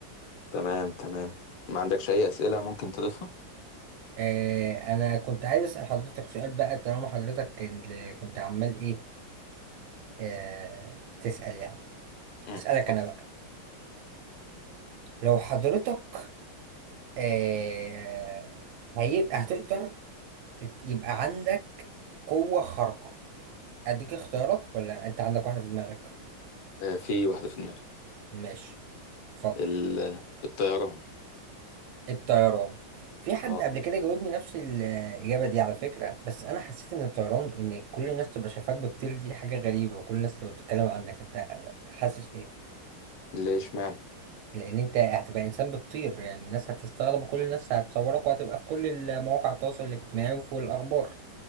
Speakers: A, on the left; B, on the right.
A: تمام تمام ما عندكش أي أسئلة ممكن تضيفها؟
B: آه، انا كنت عايز اسأل حضرتك سؤال بقى طالما حضرتك اللي كنت عمال ايه آه، تسأل يعني
A: امم
B: اسألك
A: اتفضل
B: انا بقى لو حضرتك آه، هيبقى هتقدر يبقى عندك قوة خارقة اديك اختيارات ولا انت عندك واحدة في دماغك
A: آه، في واحدة في دماغي
B: ماشي اتفضل
A: ال... الطيران
B: الطيران في حد
A: اه
B: قبل كده جاوبني نفس الإجابة دي على فكرة بس أنا حسيت إن الطيران إن كل الناس تبقى شايفاك بتطير دي حاجة غريبة وكل الناس تبقى بتتكلم عنك أنت حاسس إيه؟
A: ليه اشمعنى
B: لأن أنت هتبقى إنسان بتطير يعني الناس هتستغرب وكل الناس هتصورك وهتبقى في كل مواقع التواصل الاجتماعي وفي الأخبار